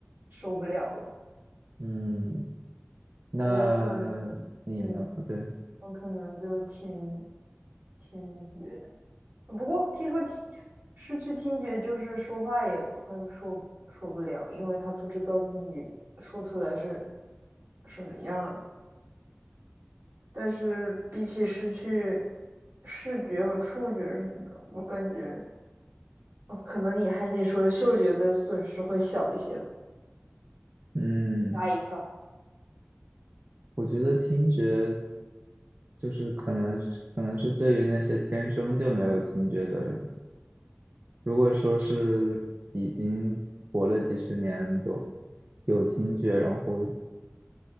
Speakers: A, on the right; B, on the right.
A: 受不了了。
B: 嗯，那你呢？
A: 我可能，嗯，
B: 对，
A: 我可能就听听觉，不过听说听失去听觉，就是说话也会说说不了，因为他不知道自己说出来是什么样儿的。但是比起失去视觉和触觉什么的，我感觉。哦，可能你还是你说的嗅觉的损失会小一些吧。
B: 嗯，
A: 吓一票。
B: 我觉得听觉就是可能是可能是对于那些天生就没有听觉的人。如果说是已经活了几十年，有有听觉，然后